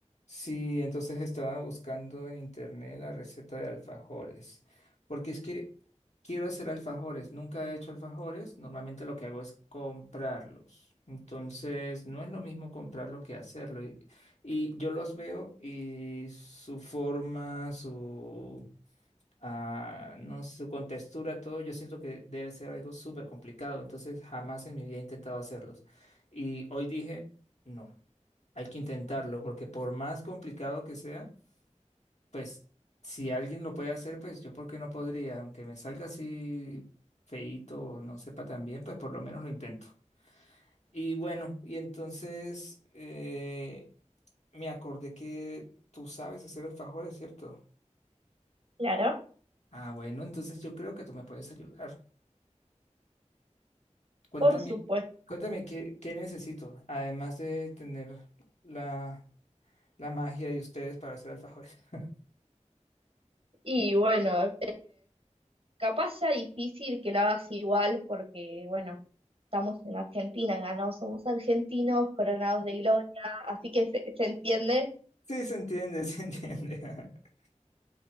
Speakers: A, on the left; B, on the right.
A: Sí, entonces estaba buscando en internet la receta de alfajores, porque es que quiero hacer alfajores, nunca he hecho alfajores, normalmente lo que hago es comprarlos, entonces no es lo mismo comprarlo que hacerlo, y, y yo los veo y su forma, su, ah, no sé, su contextura, todo, yo siento que debe ser algo súper complicado, entonces jamás en mi vida he intentado hacerlos, y hoy dije, no hay que intentarlo, porque por más complicado que sea, pues si alguien lo puede hacer, pues yo por qué no podría, aunque me salga así feíto o no sepa tan bien, pues por lo menos lo intento. Y bueno, y entonces eh, me acordé que tú sabes hacer alfajores, ¿cierto?
B: Claro,
A: Ah, bueno, entonces yo creo que tú me puedes ayudar. Cuéntame,
B: por supuesto.
A: cuéntame qué, qué necesito, además de tener la, la magia de ustedes para hacer alfajores. <laughs>
B: Y bueno, Capaz sea difícil que lo hagas igual porque, bueno, estamos en Argentina, ganó, somos argentinos, coronados de gloria, así que se, se entiende.
A: Sí, se entiende, se entiende. <laughs>